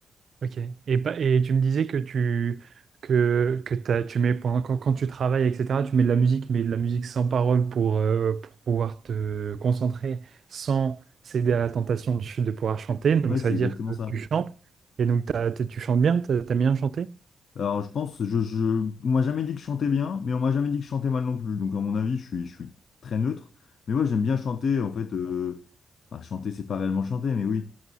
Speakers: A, on the right; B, on the left.
A: Ok. Et, pa- et tu me disais que tu que, que t'as- tu mets pendant quand, quand tu travailles, etc., tu mets de la musique, mais de la musique sans parole pour, euh, pour pouvoir te concentrer sans céder à la tentation de, ch- de pouvoir chanter. Donc
B: Ouais,
A: ça
B: c'est
A: veut
B: exactement
A: dire que
B: ça.
A: tu chantes. Et donc t'as- t'es- tu chantes bien, t'as- t'aimes bien chanté
B: Alors je pense, je, je, on m'a jamais dit que je chantais bien, mais on m'a jamais dit que je chantais mal non plus. Donc à mon avis, je suis, je suis très neutre. Mais ouais, j'aime bien chanter en fait. Euh, bah, chanter, c'est pas réellement chanter, mais oui,